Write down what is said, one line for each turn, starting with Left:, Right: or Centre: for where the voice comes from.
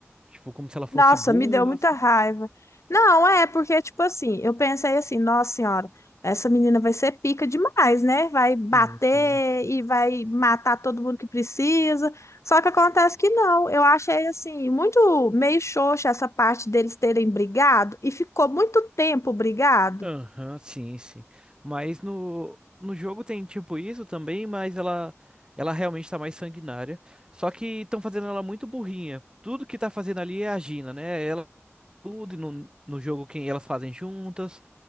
Right: tipo como se ela fosse
Left: nossa,
Right: burra.
Left: me deu muita raiva. Não, é porque, tipo assim, eu pensei assim, nossa senhora, essa menina vai ser pica demais, né? Vai bater
Right: Sim, sim.
Left: e vai matar todo mundo que precisa. Só que acontece que não. Eu achei, assim, muito meio xoxa essa parte deles terem brigado e ficou muito tempo brigado.
Right: Aham, sim, sim. Mas no, no jogo tem tipo isso também, mas ela ela realmente tá mais sanguinária. Só que estão fazendo ela muito burrinha. Tudo que tá fazendo ali é a Gina, né? Ela tudo e no, no jogo quem elas fazem juntas.